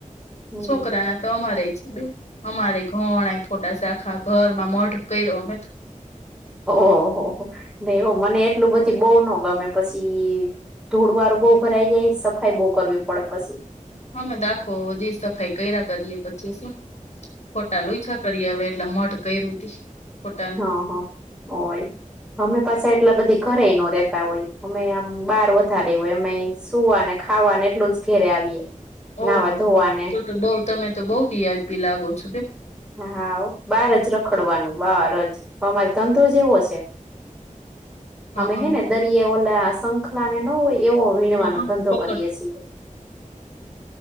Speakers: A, in the centre; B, on the left.
A: હમ
B: છોકરા તો અમારે છે બે અમારે ઘણા ફોટા સાખા ઘરમાં મઢ કર્યો અમે
A: ઓહહ નહી હો મને એટલું બધી બો ન ગમે પછી ધોળ વાર બહુ ભરાઈ જાય સફાઈ બહ કરવી પડે પશી
B: અમે દાખોધી સફાઈ કર્યા કરીએ પછી શું ફોટા લુંછા કરી હ એટલા મઢ કર્યું ફોટાનું
A: હા હા હોય અમે પાછા એટલા બધી ઘરે ન રેતા હોય અમે આમ બાર વધારે હોય અમે સુવાને ખાવા એટલું જ ઘેરે આવીએ
B: ઓહો
A: નાવા ધોવાને
B: હો ત તો બહ તમે તો બઉ વીઆઈપી લાગો છો કે
A: હા ઓ બાર જ રખડવાનું બાર જ અમારે ધંધો જેવો છે
B: હઅન
A: અમે હે ને દરિયે ઓલા શંખલા ને ન હોય એવો વીણવાનો
B: હઅન
A: ધંધો
B: ચોક્કસ
A: કરીય છીએ